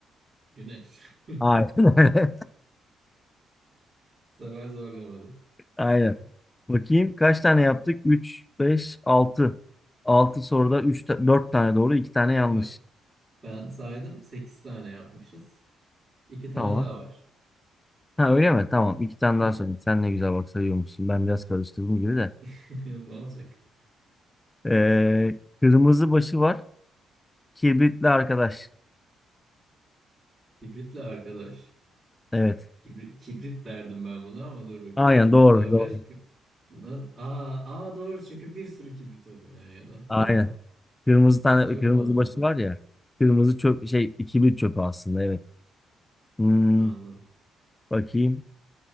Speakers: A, on the right; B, on the left.
A: Güneş. <laughs>
B: Aynen. öyle.
A: Bu sefer zorlamadı.
B: Aynen. Bakayım kaç tane yaptık? 3, 5, 6. 6 soruda 3, 4 tane doğru, 2 tane yanlış.
A: Ya, ben saydım 8 tane yapmışız. 2 tane
B: Tamam.
A: daha var.
B: Ha öyle mi? Tamam. 2 tane
A: Aha.
B: daha söyleyeyim. Sen ne güzel bak sayıyormuşsun. Ben biraz karıştırdım gibi de.
A: <laughs> Ne olacak?
B: Ee, kırmızı başı var. Kibritli arkadaş.
A: Kibritli arkadaş.
B: Evet.
A: Kibri- kibrit derdim ben buna ama dur bakayım.
B: Aynen
A: Kibritli
B: doğru
A: arkadaş.
B: doğru.
A: kı- Na- Aa, aa doğru çünkü bir sürü kibrit oluyor yan yana.
B: Aynen.
A: Değil mi?
B: Kırmızı tane
A: Çok
B: kırmızı
A: mantıklı.
B: başı var ya. Kırmızı çöp şey kibrit çöpü aslında evet. Hmm,
A: Anladım.
B: bakayım.